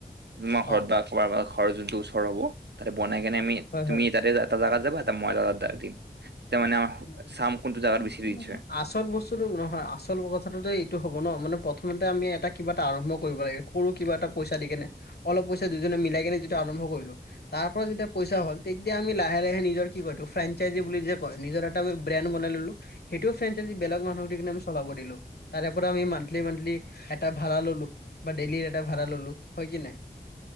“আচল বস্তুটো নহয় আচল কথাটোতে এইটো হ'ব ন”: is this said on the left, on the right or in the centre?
Left